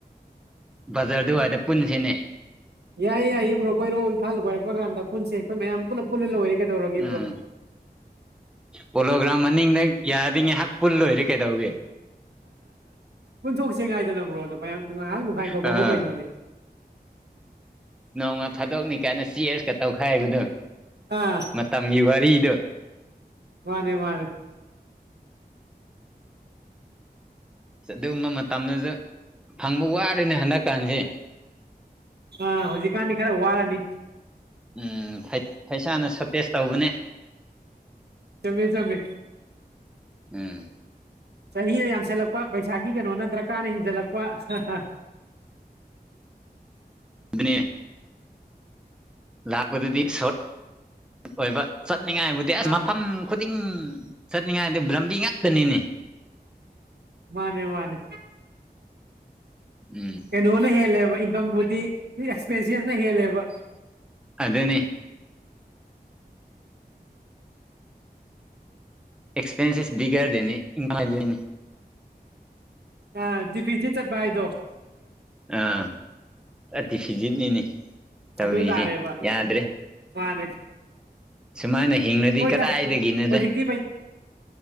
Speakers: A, in the centre; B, on the right.
A: ꯕꯖꯥꯔ ꯑꯗꯨꯋꯥꯗ ꯄꯨꯟꯖꯤꯅꯦ꯫
B: ꯌꯥꯏꯌꯦ ꯌꯥꯏꯌꯦ ꯕ꯭ꯔꯣ ꯀꯣꯏꯔꯛꯑꯣ ꯏꯝꯐꯥꯜꯗ ꯀꯣꯏꯔꯛꯄ ꯀꯥꯟꯗ ꯄꯨꯟꯁꯦ ꯑꯈꯣꯏ ꯃꯌꯥꯝ ꯄꯨꯂꯞ ꯄꯨꯜꯂꯥ ꯂꯣꯏꯔꯦ ꯀꯩꯗꯧꯔꯒꯦ
A: ꯎꯝ
B: ꯕ꯭ꯔꯣ꯫
A: ꯄꯣꯂꯣꯒ꯭ꯔꯥꯝ ꯃꯅꯤꯡꯗ ꯌꯥꯔꯗꯤ ꯉꯥꯏꯍꯥꯛ ꯄꯨꯜꯂꯣꯏꯔꯦ ꯀꯩꯗꯧꯒꯦ꯫
B: ꯄꯨꯟꯊꯣꯛꯁꯤ ꯉꯥꯏꯗꯅꯥ ꯕ꯭ꯔꯣ ꯑꯗꯨ ꯃꯌꯥꯝ ꯉꯥꯏꯍꯥꯛ ꯅꯨꯡꯈꯥꯏꯊꯣꯛꯄꯕꯨ
A: ꯑꯥ
B: ꯀꯩꯅꯣꯅꯦ
A: ꯅꯣꯡꯃ ꯐꯥꯗꯣꯛꯅꯤ ꯀꯥꯏꯅ ꯆꯦꯁꯀꯥ ꯇꯧꯈꯥꯏꯕꯗꯣ
B: ꯑꯥ
A: ꯃꯇꯝꯒꯤ ꯋꯥꯔꯤꯗꯣ
B: ꯃꯥꯅꯦ ꯃꯥꯅꯦ
A: ꯑꯗꯨꯒꯨꯝꯕ ꯃꯇꯝꯗꯁꯨ ꯐꯪꯕ ꯋꯥꯔꯦꯅꯦ ꯍꯟꯗꯛꯀꯥꯟꯁ‌ꯦ
B: ꯑꯥ ꯍꯧꯖꯤꯛꯀꯥꯟꯗꯤ ꯈꯔ ꯋꯥꯔꯅꯤ
A: ꯎꯝ ꯄꯩ ꯄꯩꯁꯥꯅꯁꯨ ꯇ‌ꯦꯁ ꯇꯧꯕꯅꯦ
B: ꯆꯨꯝꯃꯤ ꯆꯨꯝꯃꯤ
A: ꯎꯝ
B: ꯆꯍꯤꯅ ꯌꯥꯝꯁꯜꯂꯛꯄ ꯄꯩꯁꯥꯒꯤ ꯀꯩꯅꯣꯅ ꯗꯔꯀꯥꯔꯅ ꯍꯦꯟꯖꯜꯂꯛꯄ
A: ꯑꯗꯨꯅꯦ ꯂꯥꯛꯄꯗꯨꯗꯤ ꯁ <unintelligible> ꯑꯣꯏꯕ ꯆꯠꯅꯤꯡꯉꯥꯏꯕꯨꯗꯤ ꯑꯁ
B: ꯑꯥ
A: ꯃꯐꯝ ꯈꯨꯗꯤꯡ ꯆꯠꯅꯤꯡꯉꯥꯏꯗꯨ ꯔꯝꯕꯤ ꯉꯥꯛꯇꯅꯤꯅꯦ
B: ꯃꯥꯅꯦ ꯃꯥꯅꯦ
A: ꯎꯝ
B: ꯀꯩꯅꯣꯅ ꯍꯦꯜꯂꯦꯕ ꯏꯟꯀꯝꯕꯨꯗꯤ ꯑꯦꯛꯁꯄꯦꯟꯁꯤꯞꯅ ꯍꯦꯜꯂꯦꯕ
A: ꯑꯗꯨꯅꯤ ꯑꯦꯛꯁꯄꯦꯟꯁꯦꯞ ꯗꯤꯒꯔꯗꯅꯤꯗꯣꯏꯅꯤ <unintelligible>
B: ꯑꯥ ꯗꯤ ꯄꯤꯖꯤ ꯆꯠꯄꯥ ꯍꯥꯏꯗꯣ
A: ꯑꯥ ꯑꯇꯤ ꯐꯤꯖꯤꯠꯅꯤꯅꯦ ꯇꯧꯔꯤꯁꯦ
B: ꯑꯗꯨ ꯇꯥꯔꯦꯕ
A: ꯌꯥꯗ꯭ꯔꯦ
B: ꯃꯥꯅꯦ
A: ꯁꯨꯃꯥꯏꯅ ꯍꯤꯡꯉꯗꯤ
B: ꯍꯣꯏꯗ
A: ꯀꯗꯥꯏꯗꯒꯤꯅꯣꯗ
B: ꯍꯧꯖꯤꯛꯇꯤ ꯄꯩ